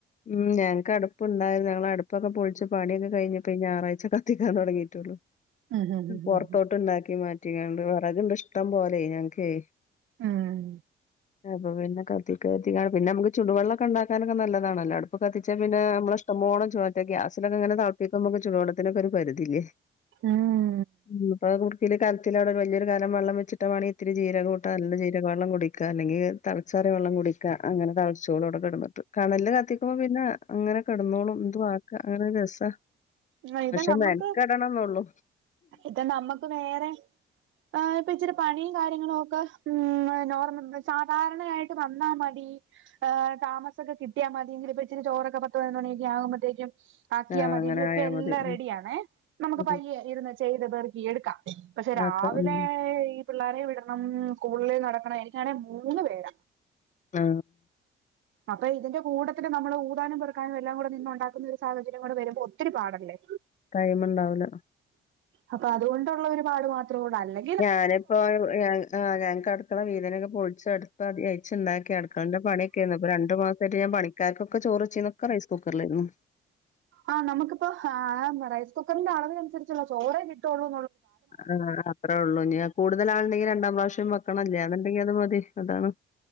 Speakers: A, on the left (about 40°); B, on the right (about 75°).
A: ഉം ഞങ്ക്കടുപ്പ് ണ്ടായിരുന്നു ഞങ്ങള് അടുപ്പൊക്കെ പൊളിച്ച് പണിയൊക്കെ കഴിഞ്ഞു പ്പീ ഞാറാഴ്ച കത്തിക്കാൻ തൊടങ്ങിട്ടുള്ളു
B: ഉം ഉം ഉം
A: പൊറത്തോട്ട് ണ്ടാക്കി മാറ്റ റ്റിങ്ങാണ്ട് വെറക്ണ്ട് ഇഷ്ടം പോലെ ഞങ്ക്കേ
B: ഉം
A: അപ്പൊ പിന്നെ കത്തിക്ക കരുതിങ്ങണ്ട് പിന്നെ നമ്മക്ക് ചുടു വെള്ളം ണ്ടാക്കാനൊക്കെ നല്ലതാണല്ലോ അടുപ്പ് കത്തിച്ചാൽ പിന്നെ നമ്മളെ ഷ് ടം പോലെ ചൂടാക്കാ ഗ്യാസിലോക്കെങ്ങനെ തളപ്പിക്കുമ്പോ ചുടുവെള്ളത്തിനൊക്കൊരു പരിധില്ലേ
B: ഉം
A: ഇന്ന്പോ കുടുകീല് കലത്തില് അവിടെ വല്യോരു കലം വെച്ചിട്ട വാണങ്കി ഇത്തിരി ജീരകോംട്ട നല്ല ജീരക വെള്ളം കുടി ക്ക അല്ലെങ്കി തളച്ചാറിയ വെള്ളം കുടിക്ക അങ്ങനെ തളച്ചോളും അവടെ കെടന്ന്ട്ട് കണലിൽ കത്തിക്കുമ്പോ പിന്നെ അങ്ങനെ കെടന്നോളും എന്തുവാക്ക അങ്ങനെ രസ
B: ഉം ഇത്
A: പക്ഷെ
B: നമ്മക്ക്
A: മെൻക്കെടണംന്നൊള്ളൂ
B: ഇത് നമ്മക്ക് വേറെ എ ഇപ്പൊ ഇച്ചിരി പണിയും കാര്യങ്ങളൊക്കെ നോർമല സാധാരണയായിട്ട് വന്നാ മതി താമസൊക്കെ കിട്ട്യാമതിയെങ്കില് ഇപ്പോ ഇച്ചിരി ചോറൊക്കെ പത്ത് പത്തിനൊന്ന് മണി ആകുമ്പഴത്തേക്കും ആക്ക്യാ
A: ആഹ്
B: മതിയെങ്കി
A: അങ്ങനെ
B: ഇട്ത്തെ
A: ആയാ
B: എല്ലാം
A: മതി ഉം
B: റെഡിയാണെ നമുക്ക് പയ്യെ
A: ഉം
B: ഇരുന്ന് ചെയ്ത് പെറുക്കി എടുക്കാം പക്ഷെ രാവിലെ
A: ആക്കാം ഉം
B: ഈ പിള്ളാരെ വിടണം സ്കൂളില് നടക്കണം എനിക്കാണെ മൂന്ന്പേര
A: ആ
B: അപ്പൊ ഇതിന്റെ കൂട്ടത്തിൽ നമ്മള് ഊതാനും പെർക്കാനും എല്ലാം കൂടെ നിന്നൊണ്ടാക്കുന്ന ഒരു സാഹചര്യം കൂടെ വരുമ്പോ ഒത്തിരി പാടല്ലേ
A: ടൈമ്ണ്ടാവൂല്ല
B: അപ്പൊ അതുകൊണ്ടുള്ള ഒരുപാട് മാത്രൊള്ളു അല്ലെ
A: ഞാനിപ്പോ ആ ഞങ്ങക്ക് അട്ക്കള വീതനൊക്കെ പൊളിച്ച് അടുപ്പധികായ് ച്ച്ണ്ടാക്കി അടുക്കൾന്റെ പണിയൊക്കെര്ന്നു രണ്ട് മാസായിട്ട് ഞാൻ പണികാർക്കൊക്കെ ചോറ് വെച്ചീന്നു ക്കെ റൈസ് കുക്കറിലായിരുന്നു
B: ആഹ് നമക്കിപ്പ റൈസ് കുക്കറിന്റെ അളവിനനുസരിച്ചുള്ള ചോറേ കിട്ടുകള്ളു.
A: ആ അത്രേ ഉള്ളൂ ഞാൻ കൂടുതല ആ ആ അത്രളളുണ്ടെങ്കിൽ രണ്ടാം പ്രാവശ്യം വെക്കണം അല്ലേ അ എന്നുണ്ടെങ്കിൽ അത് മതി അതാണ്.